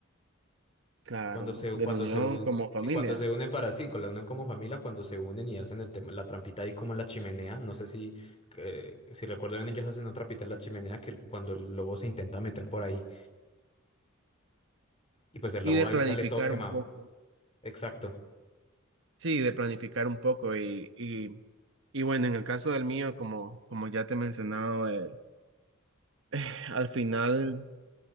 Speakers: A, on the right (about 60°); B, on the left (about 30°).
A: Claro,
B: cuando se,
A: de
B: cuando
A: la unión
B: se, un-
A: como
B: sí,
A: familia
B: cuando se unen para sí, con la unión como familia, cuando se unen y hacen el tema, la trampita ahí como en la chimenea, no sé si, eh, si recuerdo bien, ellos hacen una trampita en la chimenea que el- cuando el lobo se intenta meter por ahí, y pues el
A: y
B: lobo
A: de
B: ahí
A: planificar
B: sale todo quemado.
A: un poco.
B: Exacto.
A: Sí, de planificar un poco y, y- y bueno, en el caso del mío, como, como ya te he mencionado, eh, <sighs> al final